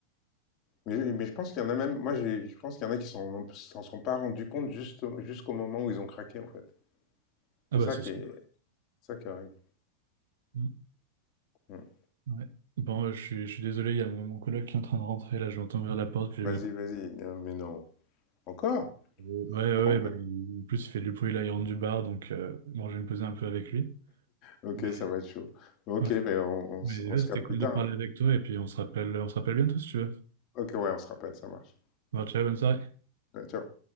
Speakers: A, on the left (about 35°); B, on the right (about 60°).
A: Mais, mais je pense qu'il y en a même, moi, j'ai- je pense qu'il y en a qui s'en s'en sont pas rendus compte juste, jusqu'au moment où ils ont craqué, en fait.
B: Ah
A: C'est
B: bah,
A: ça
B: c'est
A: qui
B: sûr.
A: est, ça qui est horrible.
B: Mm,
A: Mmh.
B: Ouais. Bon, euh, je suis, je suis désolé, il y a mon, mon coloc qui est en train de rentrer, là, je l'entends ouvrir la porte, puis
A: Vas-y,
B: j'aimerais pas...
A: vas-y. Non, mais non. Encore?
B: Ouais, ouais,
A: Bon,
B: ouais, bah,
A: bah,
B: il- en plus, il fait du bruit, là, il rentre du bar, donc euh, bon, je vais me poser un peu avec lui.
A: ok,
B: Mais
A: ça va être chaud. Ok,
B: ouais,
A: ben on,
B: mais
A: on s- on
B: ouais,
A: se
B: c'était
A: capte
B: cool
A: plus tard.
B: de parler avec toi, et puis on se rappelle, on se rappelle bientôt, si tu veux.
A: Ok, ouais, on se rappelle, ça marche.
B: Bon, ciao, bonne soirée.
A: Ouais, Ciao.